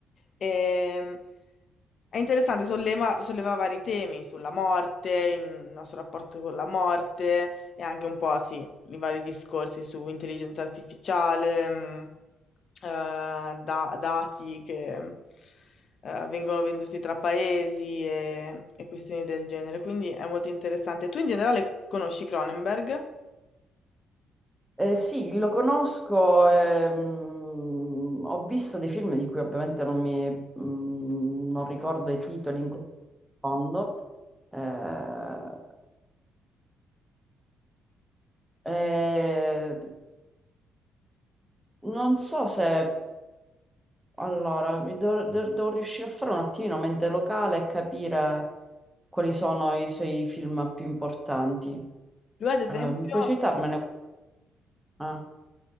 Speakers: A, on the left; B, in the centre.
A: Ehm, è interessante, solleva, solleva vari temi sulla morte, il nostro rapporto con la morte e anche un po', sì, i vari discorsi su intelligenza artificiale, mh, eh, da- dati che eh, vengono venduti tra paesi e, e questioni del genere. Quindi è molto interessante. Tu in generale conosci Cronenberg?
B: Eh, sì, lo conosco, ehm, ho visto dei film di cui ovviamente non mi, mm, non ricordo i titoli in questo secondo. Eh, eh, non so se Allora, mi devo, de- devo riuscire a fare un attimino mente locale e capire quali sono i suoi film più importanti.
A: Lui, ad esempio.
B: Eh, mi puoi citarmene? Ah,